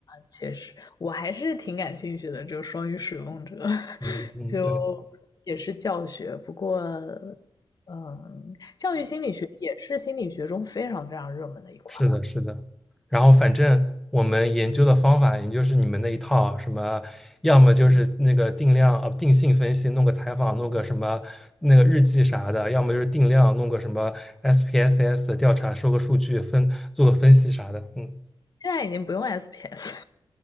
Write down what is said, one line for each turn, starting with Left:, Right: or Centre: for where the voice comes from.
Left: 确实，我还是挺感兴趣的，就双语使用者，
Centre: 嗯嗯，
Left: <laughs> 就
Centre: 对对。
Left: 也是教学。不过，嗯，教育心理学也是心理学中非常非常热门的一块儿。
Centre: 是的，是的。然后反正我们研究的方法，也就是你们那一套，什么要么就是那个定量啊，呃定性分析，弄个采访，弄个什么那个日记啥的，要么就是定量，弄个什么 SPSS 的调查，收个数据分，做个分析啥的。嗯，
Left: 现在已经不用 SPS，